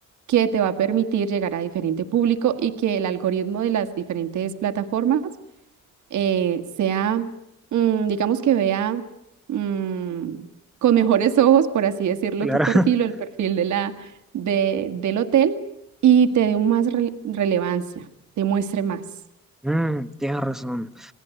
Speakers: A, on the right; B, in the centre.
A: que te va a permitir llegar a diferente público y que el algoritmo de las diferentes plataformas eh, sea, mm, digamos que vea mm, con mejores ojos, por así decirlo,
B: claro.
A: tu perfil
B: <laughs>
A: o el perfil de la, de, del hotel y te dé un más rele- relevancia, te muestre más.
B: Mm, tienes razón.